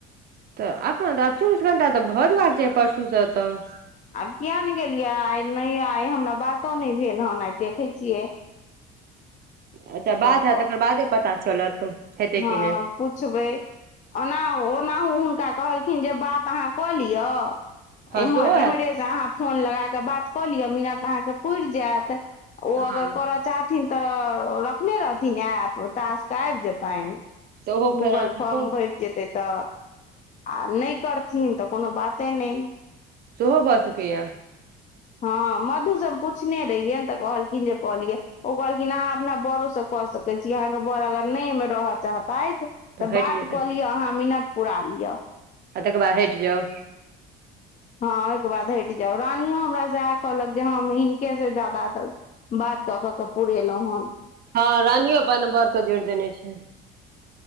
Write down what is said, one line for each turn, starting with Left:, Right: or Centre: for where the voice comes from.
Right: तऽ एखन तऽ आब चौबीस घंटा तऽ भऽ जबाक चाही परसूसँ तऽ
Left: आब किया नहि गेलियै आइ नहि आइ हमरा बातो नहि भेल हेन आइ देखैत छियै
Right: अच्छा बात
Left: कऽ
Right: हय
Left: कऽ
Right: तकर बादे पता चलत हेतै
Left: हँ
Right: कि नहि
Left: पुछबै ओना ओनाहु हुनका कहलखिन जे बात अहाँ कऽ लिय
Right: हँ
Left: एम्हर
Right: सेहो
Left: एम्हरेसँ
Right: हैत
Left: अहाँ फोन लगा कऽ बात कऽ लिअ मिनत अहाँके पुरि जायत ओ
Right: हँ
Left: अगर कर चाहथिन तऽ रखने रहथिन आ तासक आबि जेतै पानि
Right: तऽ ओहो फेर
Left: गूगल
Right: अहाँ सब
Left: फॉर्म
Right: कऽ
Left: भरि जेतै तऽ आ नहि करथिन तऽ कोनो बाते नहि
Right: सुहो ब सकै याँ
Left: हँ मधु से हम पूछने रहियै ने तऽ कहलखिन जे कहलियै ओ कहलखिन अहाँ अपना बड़ोसँ कऽ सकैत छी अहाँके बड़ अगर नहि एहिमे रहय चाहतैथ तऽ
Right: हटि
Left: बात
Right: जेतै
Left: कऽ लिअ अहाँ मिनट पुरा लिअ
Right: आ तइकबा हैट जाउ
Left: हँ ओहिके बाद हटि जाउ रानियो हमरा सैहे कहलक जे हँ हिनकेसँ ज्यादा बात तऽक के पुरेलहुं हन
Right: हँ रानियो अपन बौर के जोड़ देने छै